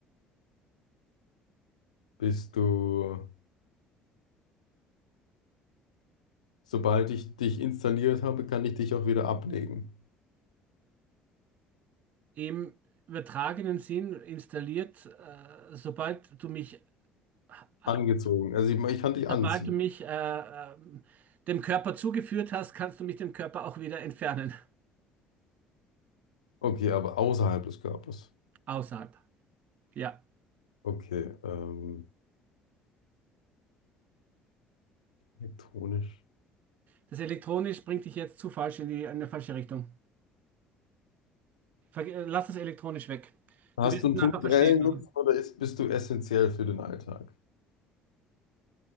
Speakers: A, on the left; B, on the right.
A: bist du, sobald ich dich installiert habe, kann ich dich auch wieder ablegen.
B: Im übertragenen Sinn installiert, äh, sobald du mich äh,
A: Angezogen. Also ich, ich kann dich
B: Sobald
A: anziehen.
B: du mich äh, ähm, dem Körper zugeführt hast, kannst du mich dem Körper auch wieder entfernen.
A: Okay, aber außerhalb des Körpers.
B: Außerhalb. Ja.
A: Okay, ähm, elektronisch.
B: Das elektronisch bringt dich jetzt zu falsch in die, in eine falsche Richtung. Ver äh, lass das elektronisch weg.
A: Hast
B: Du wirst
A: du
B: es
A: einen
B: nachher
A: punktuellen
B: verstehen.
A: Nutzen oder ist, bist du essentiell für den Alltag?